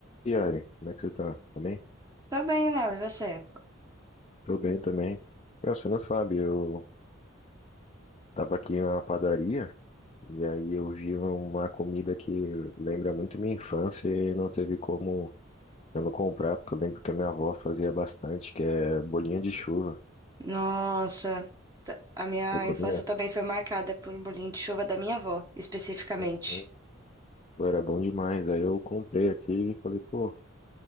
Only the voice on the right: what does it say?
Tô bem, Léo, e você?
Nossa, t- a minha
infância também foi marcada por bolinho de chuva da minha avó, especificamente.